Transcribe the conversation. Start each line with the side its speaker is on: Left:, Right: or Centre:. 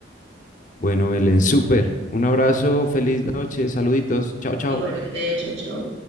Left: Bueno, Belén, súper. Un abrazo, feliz noche, saluditos. Chao, chao.
Right: Igualmente, chau, chau.